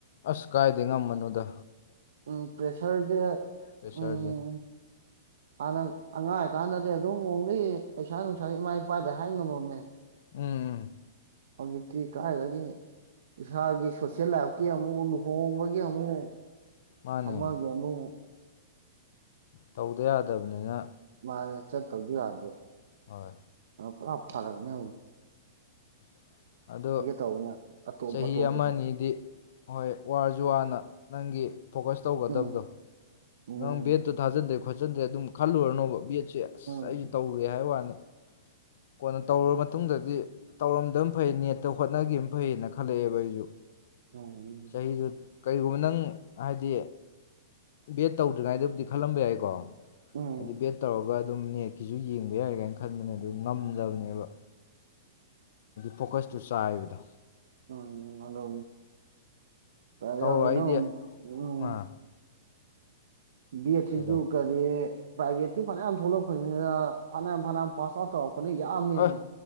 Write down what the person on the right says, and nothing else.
ꯎꯝ ꯄꯦꯁꯔꯗꯤ
ꯎꯝ ꯍꯥꯟꯅ ꯑꯉꯥꯡ ꯑꯣꯏꯀꯥꯟꯗꯗꯤ ꯑꯗꯨꯝ ꯑꯣꯡꯂꯤ ꯄꯩꯁꯥ ꯅꯨꯡꯁꯥꯅ ꯏꯃꯥ ꯏꯄꯥꯗ ꯍꯥꯏ ꯉꯝꯃꯝꯃꯦ
ꯍꯧꯖꯤꯛꯇꯤ ꯀꯥꯏꯗꯒꯤꯅꯤ ꯏꯁꯥꯒꯤ ꯁꯣꯁꯦꯜ ꯂꯥꯏꯐꯀꯤ ꯑꯃꯨ ꯑꯃꯨ ꯂꯨꯍꯣꯡꯕꯒꯤ ꯑꯃꯨꯛ
ꯑꯃꯒꯤ ꯑꯃꯨꯛ
ꯃꯥꯅꯦ ꯆꯠꯇꯕꯨ ꯌꯥꯗ
ꯄꯨꯔꯥꯐꯔꯛꯅꯦ
ꯇꯧꯕꯅꯦ ꯑꯇꯣꯞ
ꯑꯇꯣꯞꯄꯗꯤ
ꯎꯝ ꯎꯝ
ꯎꯝ
<unintelligible>
ꯎꯝ
ꯎꯝ ꯍꯗꯣ ꯀꯔꯦ
<unintelligible>
ꯎꯝ ꯕꯦꯠꯁꯤꯁꯨ
ꯀꯔꯤ ꯄ꯭ꯔꯥꯏꯚꯦꯠꯇꯤ ꯐꯅꯌꯥꯝ ꯊꯣꯛꯂꯛꯄꯅꯤꯅ ꯐꯅꯌꯥꯝ ꯐꯅꯌꯥꯝ ꯄꯥꯁ ꯑꯥꯎꯠ ꯇꯧꯔꯛꯄꯅ ꯌꯥꯝꯃꯦꯃꯦ